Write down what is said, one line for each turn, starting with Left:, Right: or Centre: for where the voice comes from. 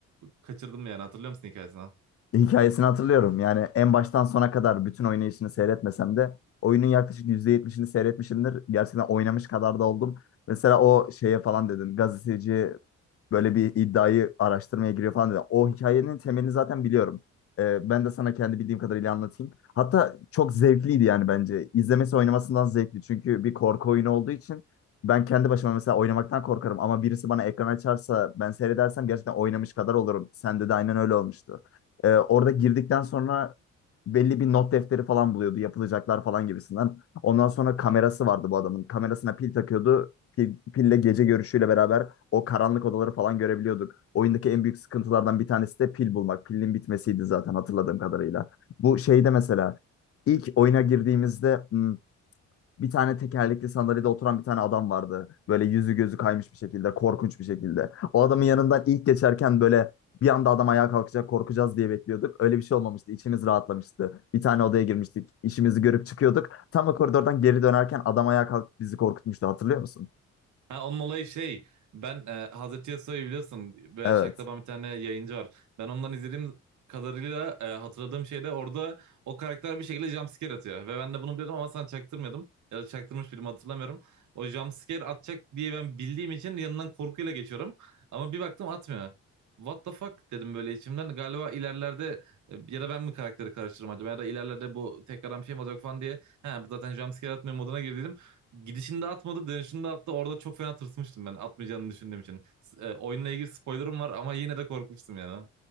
Right: kaçırdın mı yani hatırlıyor musun hikayesini?
Left: Hikayesini hatırlıyorum. Yani en baştan sona kadar bütün oynayışını seyretmesem de oyunun yaklaşık %70'ini seyretmişimdir. Gerçekten oynamış kadar da oldum. Mesela o şeye falan dedin. Gazeteci böyle bir iddiayı araştırmaya giriyor falan dedi. O hikayenin temelini zaten biliyorum. Ee, ben de sana kendi bildiğim kadarıyla anlatayım. Hatta çok zevkliydi yani bence. İzlemesi oynamasından zevkli. Çünkü bir korku oyunu olduğu için ben kendi başıma mesela oynamaktan korkarım. Ama birisi bana ekran açarsa ben seyredersem gerçekten oynamış kadar olurum. Sende de aynen öyle olmuştu. Ee, orada girdikten sonra belli bir not defteri falan buluyordu. Yapılacaklar falan gibisinden. Ondan sonra kamerası vardı bu adamın. Kamerasına pil takıyordu. Pil, pille gece görüşüyle beraber o karanlık odaları falan görebiliyorduk. Oyundaki en büyük sıkıntılardan bir tanesi de pil bulmak. Pilin bitmesiydi zaten hatırladığım kadarıyla. Bu şeyde mesela ilk oyuna girdiğimizde hmm, bir tane tekerlekli sandalyede oturan bir tane adam vardı. Böyle yüzü gözü kaymış bir şekilde, korkunç bir şekilde. O adamın yanından ilk geçerken böyle bir anda adam ayağa kalkacak, korkacağız diye bekliyorduk. Öyle bir şey olmamıştı. İçimiz rahatlamıştı. Bir tane odaya girmiştik. işimizi görüp çıkıyorduk. Tam o koridordan geri dönerken adam ayağa kalkıp bizi korkutmuştu. Hatırlıyor musun?
Right: Ha, onun olayı şey ben e, Hazreti Yasuo'yu biliyorsun böyle
Left: Evet.
Right: şaklaban bir tane yayıncı var. Ben ondan izlediğim kadarıyla e, hatırladığım şey de orada o karakter bir şekilde jumpscare atıyor. Ve ben de bunu biliyordum ama sana çaktırmıyordum. Ya da çaktırmış birimi hatırlamıyorum. O jumpscare atacak diye ben bildiğim için yanından korkuyla geçiyorum. Ama bir baktım atmıyor. What the fuck dedim böyle içimden. Galiba ilerlerde e, ya da ben mi karakteri karıştırırım acaba ya da ilerlerde bu tekrardan bir şey mi olacak falan diye. Ha bu zaten jumpscare atmıyor moduna girdim. Gidişinde atmadı, dönüşünde attı. Orada çok fena tırsmıştım ben atmayacağını düşündüğüm için. S- e, oyunla ilgili spoilerım var ama yine de korkmuştum yani.